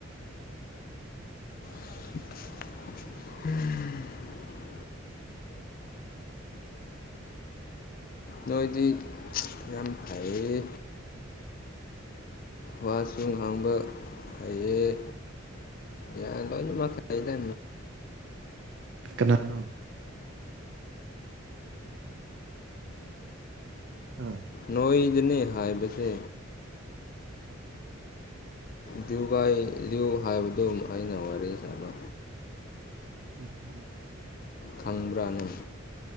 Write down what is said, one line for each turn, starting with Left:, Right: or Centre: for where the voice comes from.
Left: ꯎꯝ ꯅꯣꯏꯗꯤ ꯌꯥꯝ ꯐꯩꯌꯦ ꯋꯥꯁꯨ ꯉꯥꯡꯕ ꯍꯩꯌꯦꯦ ꯌꯥꯗꯃꯥꯏꯗ
Right: ꯀꯅꯥꯅꯣ ꯑ
Left: ꯅꯣꯡ ꯏꯗꯅꯦ ꯍꯥꯏꯌꯦ ꯁꯦ ꯗ꯭ꯌꯨꯒꯥꯏ ꯂꯤ꯭ꯨ ꯍꯥꯏꯕꯗꯨ ꯑꯩꯅ ꯋꯥꯔꯤ ꯁꯥꯕ
Right: ꯎꯝ ꯎꯝ
Left: ꯈꯪꯕ꯭ꯔꯥꯅꯨ